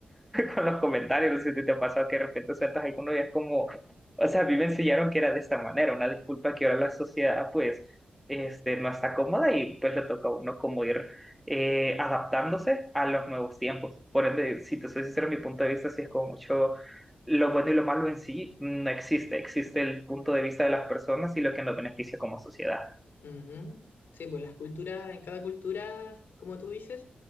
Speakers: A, in the centre; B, on the left.
A: con los comentarios, no sé si te ha pasado que de repente sueltas alguno y es como, o sea, a mí me enseñaron que era de esta manera, una disculpa que ahora la sociedad pues este, no está cómoda y pues le toca a uno como ir eh, adaptándose a los nuevos tiempos. Por ende, si te soy sincero, mi punto de vista sí es como mucho lo bueno y lo malo en sí no existe, existe el punto de vista de las personas y lo que nos beneficia como sociedad.
B: Ujú. Sí, pues las culturas, en cada cultura, como tú dices,